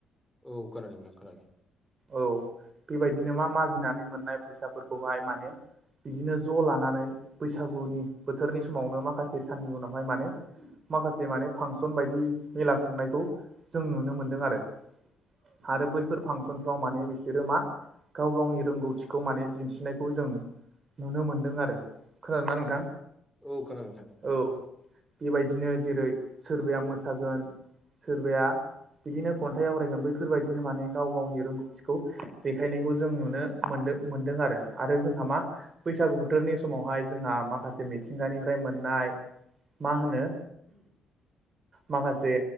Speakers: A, in the centre; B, on the right.
A: औ खोनादों नोंथां खोनादों
B: औ बेबायदिनो मा मागिनानै मोननाय फैसाफोरखौहाय माने बिदिनो ज' लानानै बैसागुनि बोथोरनि समावनो माखासे साननि उनावहाय माने माखासे माने फांसन बायदि मेला खुंनायखौ जों नुनो मोनदों आरो आरो बैफोर फांसन फ्राव माने बिसोरो मा गाव गावनि रोंगौथिखौ माने दिन्थिनायखौ जों नुनो मोन्दों आरो खोनादोंना नोंथां
A: औ खोनादों नोंथां
B: औ बेबायदिनो जेरै सोरबाया मोसागोन सोरबाया बिदिनो खन्थाइ आवरायगोन बैफोरबायदिनो माने गाव गावनि रोंग थिखौ देखायनायखौ जों नुनो मोनदों मोनदों आरो आरो जोंहा मा बैसागु बोथोरनि समावहाय जोंहा माखासे मिथिंगानिफ्राय मोननाय मा होनो माखासे